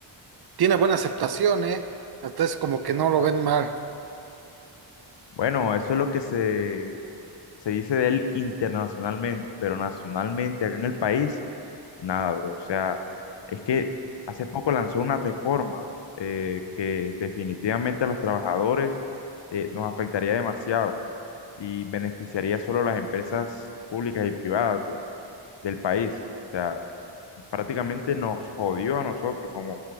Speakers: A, on the right; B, on the left.
A: tiene buena aceptación, ¿eh? Hasta es como que no lo ven mal.
B: Bueno, eso es lo que se, se dice de él internacionalmente, pero nacionalmente acá en el país. Nada, bro. O sea, es que hace poco lanzó una reforma eh, que definitivamente a los trabajadores eh, nos afectaría demasiado y beneficiaría solo a las empresas públicas y privadas de- del país. O sea, prácticamente nos jodió a nosotros como